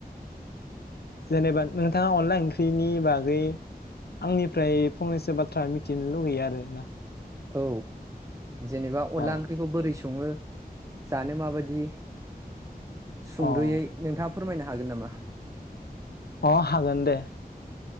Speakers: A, on the left (about 85°); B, on the right (about 20°).
A: जेनेबा नोंथाङा अनला ओंख्रिनि बागै आंनिफ्राय फंनैसो बाथ्रा मिथिनो लुगैयो आरोना।
B: औ। जेनेबा अनला
A: अ।
B: ओंख्रिखौ बोरै <unintelligible> सङो जानो माबायदि सुंद'यै
A: अ।
B: नोंथाङा फोरमायनो हागोन नामा?
A: अ हागोन दे